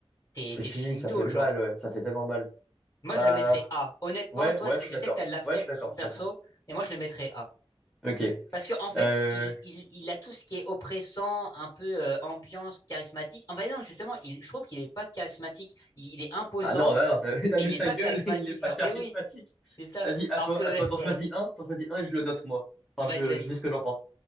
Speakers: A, on the left (about 35°); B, in the centre.
A: t'es,
B: C'est
A: t'es
B: fini,
A: finito,
B: ça fait mal,
A: genre.
B: ouais, ça fait tellement mal.
A: Moi,
B: Bah,
A: je le mettrais A. Honnêtement,
B: ouais,
A: toi,
B: ouais,
A: je
B: je suis d'accord.
A: sais que t'as de l'affect
B: Ouais, je suis d'accord,
A: sur le
B: je
A: perso,
B: suis d'accord.
A: mais moi, je le mettrais A.
B: Ok.
A: Parce que en fait,
B: Euh...
A: il, il, il a tout ce qui est oppressant, un peu euh, ambiance charismatique. En fait, non, justement, il, je trouve qu'il est pas charismatique. Il, il est imposant,
B: Ah non, là, non, t'as <laughs> t'as
A: mais
B: vu
A: il
B: sa
A: est pas
B: gueule,
A: charismatique.
B: <laughs> il est pas
A: Genre,
B: charismatique.
A: mais oui, c'est ça.
B: Vas-y, à
A: Alors
B: toi,
A: que
B: à toi,
A: <laughs>
B: t'en
A: voilà.
B: choisis un, t'en choisis un et je le note moi. Enfin,
A: Vas-y,
B: je,
A: vas-y.
B: je dis ce que j'en pense.